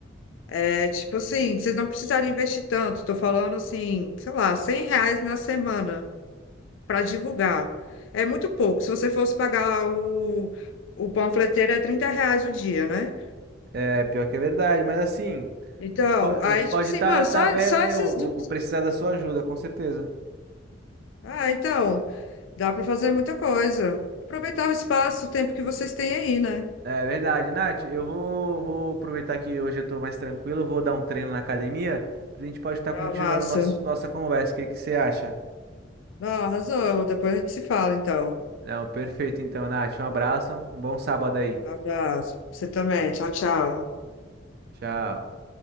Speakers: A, on the left; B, on the right.
A: é tipo assim, vocês não precisarem investir tanto. Estou falando assim, sei lá, 100 reais na semana para divulgar. É muito pouco. Se você fosse pagar o, o panfleteiro, é 30 reais o dia, né?
B: É, pior que é verdade, mas assim,
A: Então,
B: a gente po- a
A: aí,
B: gente pode
A: tipo assim,
B: estar
A: mano,
B: tá,
A: só,
B: tá vendo,
A: só
B: né?
A: esses
B: Eu vou,
A: dois.
B: vou precisar da sua ajuda, com certeza.
A: Ah, então, dá para fazer muita coisa. Aproveitar o espaço, o tempo que vocês têm aí, né?
B: É verdade, Nath. Eu vou, vou aproveitar que hoje eu tô mais tranquilo, eu vou dar um treino na academia, a gente pode estar
A: Ah,
B: continuando
A: massa.
B: nosso, nossa conversa. O que que você acha?
A: Não, arrasou. Depois a gente se fala, então.
B: Não, perfeito então, Nath. Um abraço, um bom sábado aí.
A: Abraço. Você também. Tchau, tchau.
B: Tchau.